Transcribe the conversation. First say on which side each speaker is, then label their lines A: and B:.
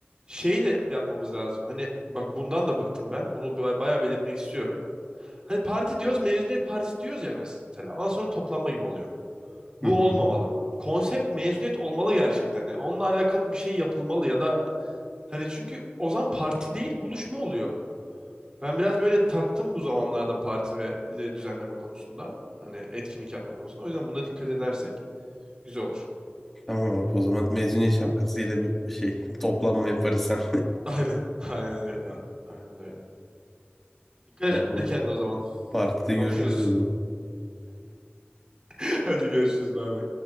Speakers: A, on the right; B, in the centre.
A: şey de yapmamız lazım. Hani bak bundan da bıktım ben. Bunu ba- bayağı belirtmek istiyorum. Hani parti diyoruz, mezuniyet partisi diyoruz ya mesela. Ondan sonra toplanma gibi oluyor. Bu
B: hı hı.
A: olmamalı. Konsept mezuniyet olmalı gerçekten. Yani onunla alakalı bir şey yapılmalı ya da hani çünkü o zaman parti değil buluşma oluyor. Ben biraz böyle taktım bu zamanlarda parti ve e, düzenleme konusunda. Hani etkinlik yapma konusunda. O yüzden buna dikkat edersek. Güzel olur.
B: Tamam abi o zaman mezuniyet şapkasıyla
A: Hı? <laughs>
B: bir şey <laughs> toplanma yaparız sen.
A: Aynen. Aynen öyle abi. Aynen öyle. Dikkat
B: <laughs> Tamam.
A: et kendine o zaman.
B: Partide
A: Konuşuruz.
B: görüşürüz o zaman.
A: <laughs> Hadi görüşürüz. Bay bay.